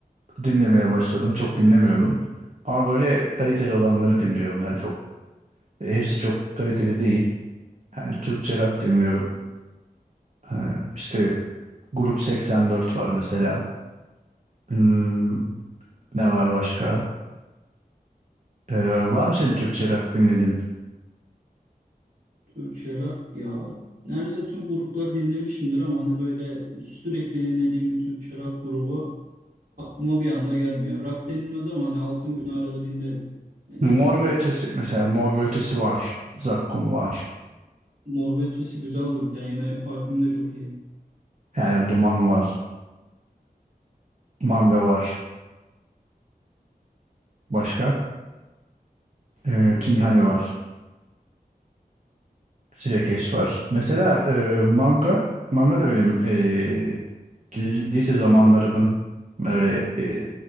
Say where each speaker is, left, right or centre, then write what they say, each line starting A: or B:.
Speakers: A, on the right; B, on the right.
A: dinlemeye başladım. Çok dinlemiyordum. Ama böyle kaliteli olanları dinliyorum. Yani çok hepsi çok kaliteli değil. Yani Türkçe rock dinliyorum. Ee, işte Grup 84 var mesela. Hmm, ne var başka? Ee, var mı senin Türkçe rock dinledin?
B: Türkçe rock ya. Neredeyse tüm grupları dinlemişimdir ama hani böyle sürekli dinlediğim bir Türkçe rock grubu aklıma bir anda gelmiyor. Rock denilmez ama hani Altın Günü arada dinlerim. Mesela
A: Mor
B: yani.
A: ve Ötesi mesela Mor ve Ötesi var. Zakkum var.
B: Mor ve Ötesi güzel grup. Yani yeni albüm de çok iyi.
A: Yani Duman var. Manga var. Başka? Ee,
B: Vallahi.
A: Pinhani var. Sürekli var. Mesela e, manga manga da benim e, lise zamanlarımın böyle e,